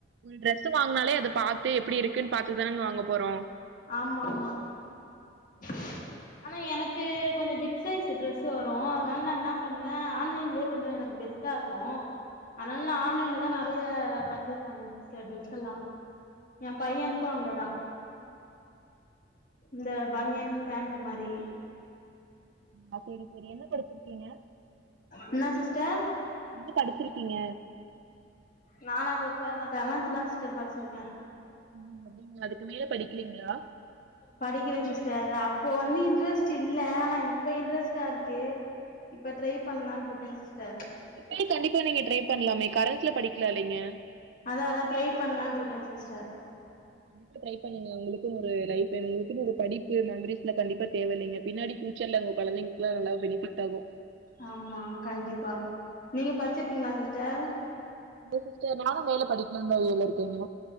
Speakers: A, on the right; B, on the left.
A: ஒரு ட்ரெஸ் வாங்குனாலே அத பாத்து எப்டி இருக்குன் பாத்து தானங்க வாங்க போறோ
B: ஆமாமா <unintelligible> <inaudible> ஆனா எனக்கு கொஞ்சோ பிக் சைஸ் ட்ரெஸ்சு வரு அதனால நா என்ன பண்ணுவ ஆன்லைன்லயே கொஞ்சோ எனக்கு பெஸ் டா இருக்கு அதனால நா ஆன்லைன்லதா நறைய பர்ச்சேஸ் பண்ணுவ சிஸ்டர் ட்ரெஸ் எல்லா எ பையனுக்கு அங்கதா இந்த பனியன் பண்ட் மாரி
A: ஆ சேரி சேரி என்ன படிச்சிருக்கீங்க
B: என்னா சிஸ்டர்
A: என்ன படிச்சிருக்கீங்க
B: நானா சிஸ்டர் நா செவன்த் தா சிஸ்டர் படிச்சிருக்க
A: ம் அப்டிங்ளா அதுக்கு மேல படிக்கிலீங்ளா
B: படிக்கல சிஸ்டர் அப்போ வந்து இன்ட்ரெஸ்ட் இல்ல ஆனா இப்ப இன்ட்ரெஸ்டா இருக்கு இப்ப ட்ரை பண்லான்ட்ருக்க சிஸ்டர்
A: இப்ப கண்டிப்பா நீங்க ட்ரை பண்லாமே கரண்ட்ல படிக்கலால்லிங்க
B: அதா அதா ட்ரை பன்லான்ட்ருக்க சிஸ்டர்
A: கண்டிப்பா ட்ரை பண்ணுங்க உங்களுக்குன் ஒரு லைப் வேணு உங்களுக்குன்னு ஒரு படிப்பு மெமரிஸ்லா கண்டிப்பா தேவ இல்லைங்க பின்னாடி ப்யூச்சர்ல உங்க கொழந்தைங்களுக்கெல்லா நல்லா பெனிஃபிட்டாகு
B: ஆமா கண்டிப்பா நீங்க படிச்சிருக்கீங்ளா சிஸ்டர்
A: இல்ல சிஸ்டர் நானு வேல படிக்கல வழில இருக்கீங்க